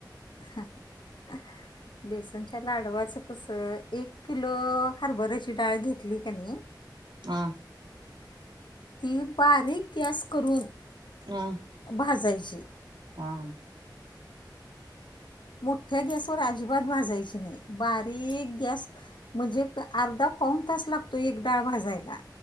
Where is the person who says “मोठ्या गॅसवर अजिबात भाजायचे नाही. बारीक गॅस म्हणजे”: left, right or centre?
Left